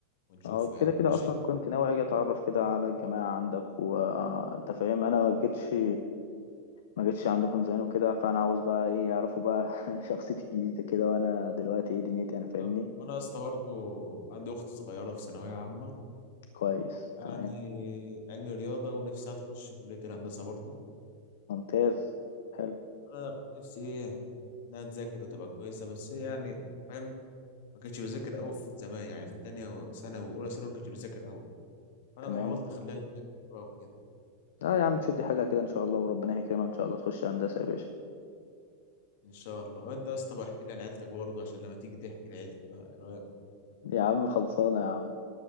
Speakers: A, on the left; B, on the left.
A: ونشوفه
B: أه كده
A: يعني
B: كده
A: ماشي
B: أصلا كنت ناوي أجي أتعرف كده على الجماعة عندك وأنت فاهم أنا ما جيتش ما جيتش عندكم زمان وكده فأنا عاوز بقى إيه يعرفوا بقى <laughs> شخصيتي الجديدة كده وأنا دلوقتي إيه دنيتي يعني فاهمني
A: طب وأنا يا اسطى برضه عندي أخت صغيرة في ثانوية عامة
B: كويس
A: يعني
B: تمام
A: علمي رياضة ونفسها تخش كلية الهندسة برضه
B: ممتاز حلو
A: أنا نفسي إيه إنها تذاكر وتبقى كويسة بس هي يعني فاهم ما كانتش بتذاكر قوي في زمان يعني في تانية وثانوي واولى ثانوي ما كانتش بتذاكر قوي فانا
B: تمام
A: حاولت اخليها تذاكر بقى وكده
B: لا يا عم تشد حيلها كده إن شاء الله وربنا يكرمها إن شاء الله تخش هندسة يا باشا
A: ان شاء الله وانت يا اسطى بقى احكي لي عن عيلتك برضه عشان لما تيجي تحكي لعيلتي بقى ايه رايك
B: يا عم خلصانة يا عم